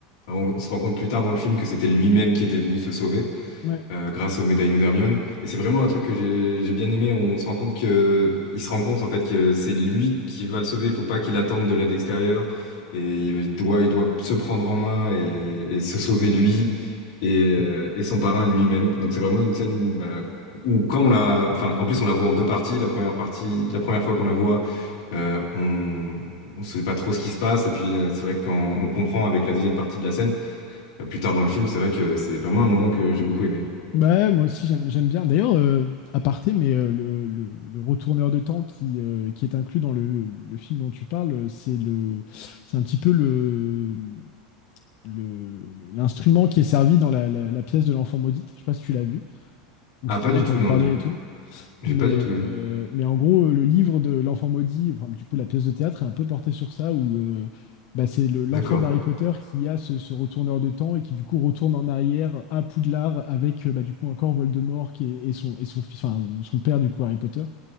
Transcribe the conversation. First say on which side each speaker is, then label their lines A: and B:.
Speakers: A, on the left; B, on the left.
A: On, on se rend compte plus tard dans le film que c'était lui-même qui était venu se sauver
B: vois. Ouais.
A: euh, grâce au médaillon d'Hermione. Et c'est vraiment un truc que j'ai j'ai bien aimé. On se rend compte que il se rend compte en fait que c'est lui qui va le sauver. Il faut pas qu'il attende de l'aide extérieure. Et il doit, il doit se prendre en main et, et se sauver lui et, euh, et son parrain lui-même. Donc c'est vraiment une scène bah, où quand on la, enfin en plus on la voit en deux parties. La première partie, la première fois qu'on la voit, euh, on ne sait pas trop ce qui se passe. Et puis euh, c'est vrai que quand on comprend avec la deuxième partie de la scène euh, plus tard dans le film, c'est vrai que c'est vraiment un moment que j'ai beaucoup aimé.
B: Bah, ouais, moi aussi, j'aime, j'aime bien. D'ailleurs, euh, à aparté, mais euh, le, le- le retourneur de temps qui, euh, qui est inclus dans le, le film dont tu parles, euh, c'est le, c'est un petit peu le, le- le- l'instrument qui est servi dans la, la- la pièce de l'enfant maudite. Je sais pas si tu l'as vu ou
A: Ah,
B: si
A: pas
B: tu en
A: du
B: as entendu
A: tout, non,
B: parler
A: je-
B: et tout.
A: j'ai
B: Mais,
A: pas du tout vu.
B: euh, mais en gros, euh, le livre de l'enfant maudit, enfin, du coup, la pièce de théâtre est un peu portée sur ça, où euh, bah, c'est le- l'enfant
A: D'accord.
B: d'Harry Potter qui a ce, ce retourneur de temps et qui, du coup, retourne en arrière à Poudlard avec, euh, bah, du coup, encore Voldemort qui est- et, son, et son, fils- enfin, son père, du coup, Harry Potter.